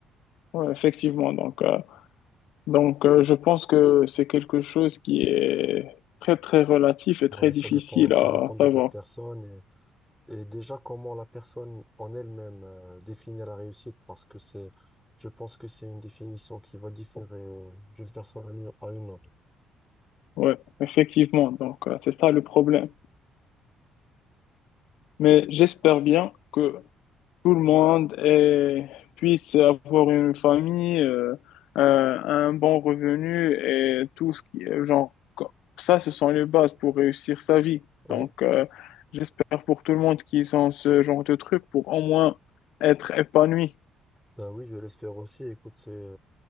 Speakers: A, on the left; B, in the centre.
A: ouais, effectivement. Donc, euh, Donc, euh, je pense que c'est quelque chose qui est très, très relatif et
B: Ouais,
A: très
B: ça
A: difficile
B: dépend, ça
A: à
B: dépend de
A: savoir.
B: toute personne. Et déjà, comment la personne en elle-même euh, définit la réussite, parce que c'est, je pense que c'est une définition qui va différer euh, d'une personne à une à une autre.
A: Ouais, effectivement. Donc, euh, c'est ça le problème. Mais j'espère bien que tout le monde est- puisse avoir une famille, euh, euh, un bon revenu et tout ce qui est genre, co- ça, ce sont les bases pour réussir sa vie.
B: Oui,
A: Donc, euh, j'espère pour tout le monde qu'ils ont ce genre de truc pour au moins être épanoui.
B: ben oui, je l'espère aussi. Écoute, c'est,